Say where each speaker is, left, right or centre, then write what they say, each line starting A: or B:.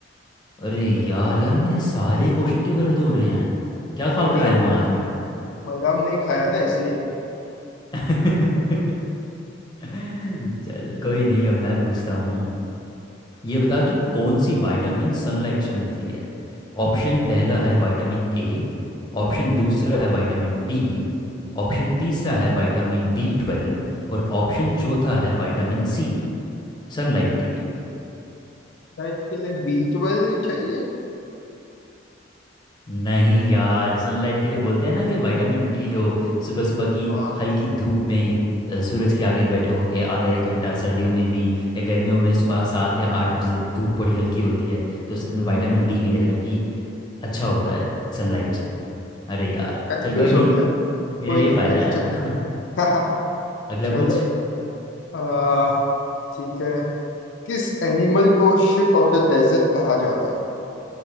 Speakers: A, on the left; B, on the left.
A: अरे यार यार मेरे सारे क्वेश्चन क्यों गलत हो रहे हैं क्या
B: नहीं
A: खा
B: नहीं
A: कर आया हूँ आज मैं
B: बादाम नहीं खाया ना इसलिए
A: <laughs> चल कोई नहीं अब मैं पूछता हूँ ये बता कि कौन सी विटामिन सनलाइट से मिलती है ऑप्शन पहला है विटामिन ए ऑप्शन दूसरा है विटामिन डी ऑप्शन तीसरा है विटामिन बी ट्वेल्व और ऑप्शन चौथा है विटामिन सी सनलाइट के लिए
B: नाइट के लिए बीटवेल चाहिए
A: नहीं यार सनलाइट के लिए बोलते हैं ना कि विटामिन डी लो सुबह सुबह की
B: हाँ
A: हल्की धूप में अ, सूरज के आगे बैठो या आधा एक घंटा सर्दियों में भी या गर्मियों में सुबह सात या आठ बजे जब धूप बड़ी हल्की होती है तो उससे तुम्हें विटामिन डी मिलेगा जो कि अच्छा होता है सनलाइट से अरे यार
B: कंफ्यूज
A: चल कोई नहीं
B: हो गया
A: मेरे
B: कोई
A: लिए
B: ना
A: फायदा
B: कोई ना
A: है
B: चलो
A: <laughs>
B: <laughs>
A: अगला
B: चलो
A: पूछ
B: आ, ठीक है किस एनिमल को शिप ऑफ द डेजर्ट कहा जाता है